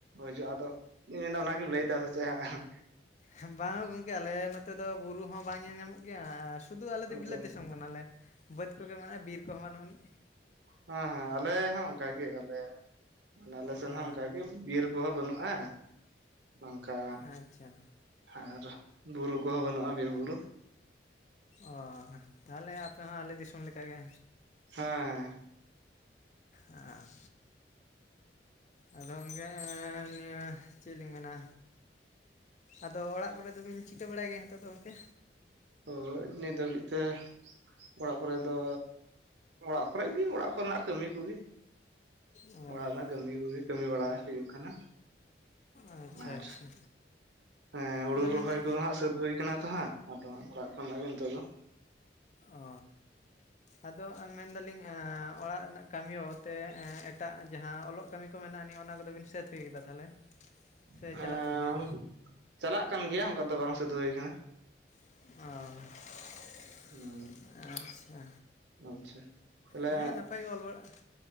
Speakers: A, on the right; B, on the left.
A: ᱦᱤᱡᱩᱜᱼᱟ ᱟᱫᱚ ᱤᱧ ᱢᱮᱱᱫᱟ ᱚᱱᱟ ᱞᱟᱹᱭ ᱫᱟ ᱥᱮ ᱪᱮᱫ ᱦᱟᱸᱜ
B: ᱵᱟᱝ ᱜᱚᱝᱠᱮ ᱟᱞᱮ ᱱᱚᱛᱮ ᱫᱚ ᱵᱩᱨᱩ ᱦᱚᱸ ᱵᱟᱝ ᱧᱮᱞ ᱧᱟᱢᱚᱜ ᱜᱮᱭᱟ ᱥᱩᱫᱩ ᱟᱞᱮ ᱫᱚ
A: ᱟᱪᱪᱷᱟ
B: ᱵᱤᱞᱟᱹᱛ ᱫᱤᱥᱚᱢ ᱠᱟᱱᱟ ᱱᱟᱞᱮ ᱵᱟᱹᱫ ᱠᱚᱜᱮ ᱢᱮᱱᱟᱜᱼᱟ ᱵᱤᱨ ᱠᱚᱦᱚᱸ ᱵᱟᱹᱱᱩᱜ ᱟᱹᱱᱤᱡ
A: ᱦᱮᱸ ᱦᱮᱸ ᱟᱞᱮ ᱦᱚᱸ ᱚᱱᱠᱟᱜᱮ ᱟᱞᱮ ᱢᱟᱱᱮ ᱟᱞᱮ ᱥᱮᱱ
B: ᱚ
A: ᱦᱚᱸ ᱚᱱᱠᱟᱜᱮ ᱵᱤᱨ ᱠᱚᱦᱚᱸ ᱵᱟᱹᱱᱩᱜᱼᱟ ᱱᱚᱝᱠᱟ
B: ᱟᱪᱪᱷᱟ
A: ᱟᱨ ᱵᱩᱨᱩ ᱠᱚᱦᱚᱸ ᱵᱟᱹᱱᱩᱜᱼᱟ ᱵᱤᱨᱵᱩᱨᱩ
B: ᱚ ᱛᱟᱦᱚᱞᱮ ᱟᱯᱮ ᱦᱚᱸ ᱟᱞᱮ ᱫᱤᱥᱚᱢ ᱞᱮᱠᱟᱜᱮ
A: ᱦᱮᱸᱻ
B: ᱟᱨ ᱟᱫᱚ ᱜᱚᱢᱠᱮ ᱱᱤᱭᱟᱹ ᱪᱮᱫ ᱞᱤᱧ ᱢᱮᱱᱟ ᱟᱫᱚ ᱚᱲᱟᱜ ᱠᱚᱨᱮ ᱫᱚᱵᱤᱱ ᱪᱤᱠᱟᱹ ᱵᱟᱲᱟᱭ ᱜᱮᱭᱟ ᱦᱮᱛᱚᱜ ᱫᱚ ᱜᱚᱢᱠᱮ
A: ᱦᱳᱭ ᱱᱤᱛ ᱦᱟᱹᱵᱤᱡ ᱛᱮ ᱚᱲᱟᱜ ᱠᱚᱨᱮ ᱫᱚ ᱚᱲᱟᱜ ᱠᱚᱨᱮᱡ ᱜᱮ ᱚᱲᱟᱜ ᱠᱚᱨᱮᱱᱟᱜ ᱠᱟᱹᱢᱤ ᱠᱚᱜᱮ
B: ᱳᱻ
A: ᱚᱲᱟᱜ ᱨᱮᱱᱟᱜ ᱠᱟᱹᱢᱤ ᱠᱚᱜᱮ ᱠᱟᱹᱢᱤ ᱵᱟᱲᱟ ᱦᱩᱭᱩᱜ ᱠᱟᱱᱟ
B: ᱟᱪᱪᱷᱟ
A: ᱟᱨ
B: ᱟᱪᱪᱷᱟ
A: ᱦᱮᱸ ᱦᱩᱲᱩ
B: ᱟᱫᱚ
A: ᱨᱚᱦᱚᱭ
B: ᱢᱮᱱᱫᱟ
A: ᱠᱚᱫᱚ ᱦᱟᱸᱜ ᱥᱟᱹᱛ ᱦᱩᱭᱩ ᱠᱟᱱᱟ ᱛᱚ ᱦᱟᱸᱜ᱾ ᱟᱫᱚ ᱚᱲᱟᱜ ᱠᱷᱚᱱᱟᱜ ᱜᱮ ᱱᱤᱛᱚᱜ ᱫᱚ
B: ᱚ ᱟᱫᱚ ᱢᱮᱱᱫᱟᱞᱤᱧ ᱚᱲᱟᱜ ᱨᱮᱱᱟᱜ ᱠᱟᱹᱢᱤᱭ ᱛᱮ, ᱮᱴᱟᱜ ᱡᱟᱦᱟᱸ ᱚᱞᱚᱜ ᱠᱟᱹᱢᱤ ᱠᱚ ᱢᱮᱱᱟᱜᱼᱟ, ᱟᱹ ᱱᱤᱭᱟᱹ ᱚᱱᱟ ᱠᱚᱫᱚᱵᱤᱱ ᱥᱟᱹᱛ ᱴᱷᱤᱠ ᱜᱮᱭᱟ ᱛᱟᱦᱚᱞᱮ, ᱥᱮ
A: ᱮᱸ
B: ᱪᱟᱞᱟᱜ ᱠᱟᱱ ᱜᱮᱭᱟ?
A: ᱪᱟᱞᱟᱜ ᱠᱟᱱ ᱜᱮᱭᱟ ᱚᱱᱠᱟ ᱫᱚ ᱵᱟᱝ ᱥᱟᱹᱫ ᱦᱩᱭ ᱟᱠᱟᱱᱟ᱾
B: ᱚ
A: ᱦᱮᱸ
B: ᱟᱪᱪᱷᱟ
A: ᱟᱪᱪᱷᱟ᱾ ᱛᱟᱦᱚᱞᱮ
B: ᱦᱮᱸ ᱱᱟᱯᱟᱭ ᱜᱮ ᱚᱞ ᱵᱟᱲᱟᱜᱼᱟ